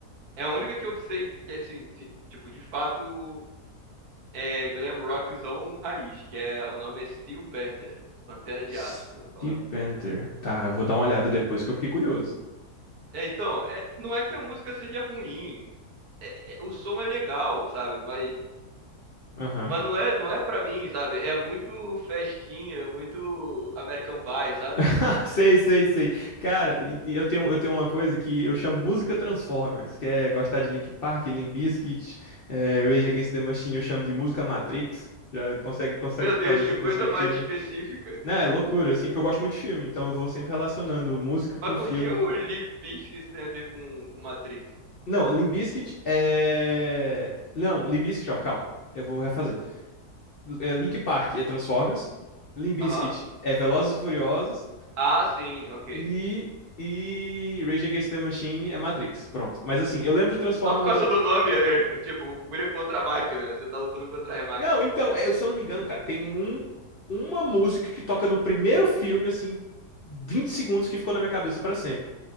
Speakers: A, on the right (about 70°); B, on the left (about 60°).
A: É a única que eu sei que, assim, assim, tipo, de fato... é glam rockzão raiz, que é o nome é Steel Panther, Pantera de
B: Steel
A: Aço, eu vou falar.
B: Panther. Tá, eu vou dar uma olhada depois que eu fiquei curioso.
A: É, então, é, não é que a música seja ruim, é- é- o som é legal, sabe? Mas,
B: Aham.
A: mas não é, não é para mim, sabe? É muito festinha, é muito American Pie, sabe?
B: <laughs> Sei, sei, sei. Cara, e- e eu tenho, eu tenho uma coisa que eu chamo música Transformers, que é gostar de Linkin Park, Limp Bizkit, é, Rage Against the Machine, eu chamo de música Matrix. Já consegue, consegue
A: Meu Deus,
B: fazer essa
A: que coisa
B: perspectiva?
A: mais específica.
B: Não, é loucura, assim, porque eu gosto muito de filme, então eu vou sempre relacionando música com
A: Mas
B: filme.
A: por que o Limp Bizkit tem a ver com, com Matrix?
B: Não, Limp Bizkit é... Não, Limp Bizkit, ó, calma, eu vou refazer. É, Linkin Park é Transformers, Limp Bizkit
A: Aham.
B: é Velozes e Furiosos,
A: Ah, sim, ok.
B: E, e Rage Against the Machine é Matrix, pronto. Mas assim, eu lembro de Transformers,
A: Só por causa
B: eu lembro...
A: do nome, <laughs> tipo, Fúria contra a Máquina, você tá lutando contra a Máquina.
B: Não, então, é, se eu não me engano, cara, tem um, uma música que toca no primeiro filme, assim, 20 segundos que ficou na minha cabeça pra sempre.